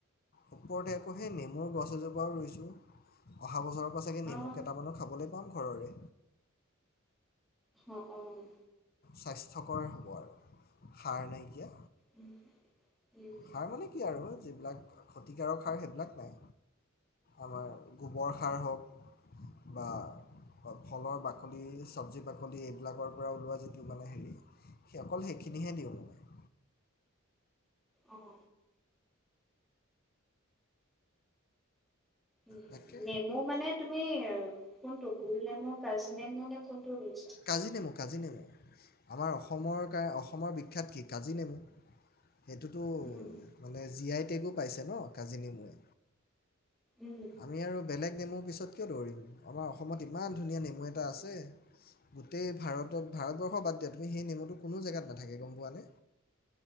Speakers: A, on the left; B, in the centre.
A: ওপৰতে আকৌ সেই নেমুৰ গছ এজোপাও ৰুইছোঁ অহা বছৰ ছাগে
B: অ
A: নেমু কেইটামানো খাবলৈ পাম। ঘৰৰে
B: অ', অ'।
A: স্বাস্থ্যকৰ হোৱাৰ, সাৰ নাইকিয়া,
B: উম, উম,
A: সাৰ মানে কি আৰু যিবিলাক ক্ষতিকাৰক সাৰ সেইবিলাক নাই, আমাৰ গোবৰ সাৰ হওঁক বা ফ-ফলৰ বাকলি, সব্জি বাকলি এইবিলাকৰ পৰা ওলোৱা যি টো মানে হেৰি, সেই অকল সেইখিনিহে দিওঁ মানে।
B: অ'। উম,
A: তাকে
B: নেমু মানে তুমি কোনটো? গোল নেমু, কাজি নেমু নে কোনটো বিধ?
A: কাজি নেমু কাজি নেমু আমাৰ অসমৰ কাৰ অসমৰ বিখ্যাত কি কাজি নেমু। সেইটোতো
B: উম
A: মানে জি আই টেগো পাইছে ন' কাজি নেমুয়ে।
B: উম
A: আমি আৰু বেলেগ নেমুৰ পিছত কিয় দৌৰিম, আমাৰ অসমত ইমান ধুনীয়া নেমু এটা আছে গোটেই ভাৰতত ভাৰতবৰ্ষ বাদ দিয়া তুমি সেই নেমুটো কোনো জেগাত নাথাকে গম পোৱা নে?